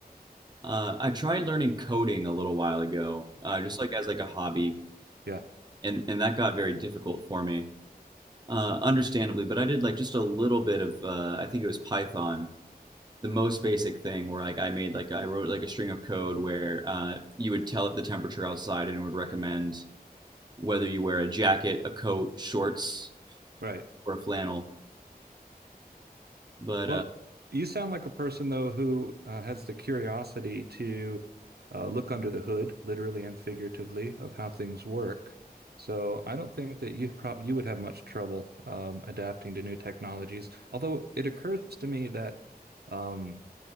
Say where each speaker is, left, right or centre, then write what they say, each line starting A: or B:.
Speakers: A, on the right; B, on the right.
A: Uh, I tried learning coding a little while ago, uh, just like as like a hobby,
B: Yeah,
A: and and that got very difficult for me, uh, understandably. But I did like just a little bit of, uh, I think it was Python, the most basic thing where like I made like I wrote like a string of code where uh, you would tell it the temperature outside and it would recommend whether you wear a jacket, a coat, shorts,
B: right.
A: or a flannel. But
B: Well,
A: uh,
B: you sound like a person though who uh, has the curiosity to uh, look under the hood, literally and figuratively, of how things work. So I don't think that you prob you would have much trouble um, adapting to new technologies. Although it occurs to me that um,